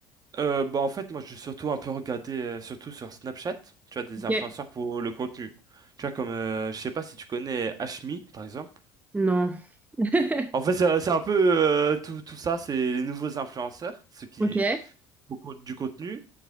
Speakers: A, on the right; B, on the right.
A: Euh, bah en fait, moi je vais surtout un peu regarder, euh, surtout sur Snapchat, tu as des
B: Ok.
A: influenceurs pour le contenu. Tu vois, comme, euh, je sais pas si tu connais Hashmi, par exemple.
B: Non. <laughs>
A: En fait, c'est c'est un peu euh, tout, tout ça, c'est les nouveaux influenceurs, ceux qui
B: Ok.
A: beaucoup du contenu.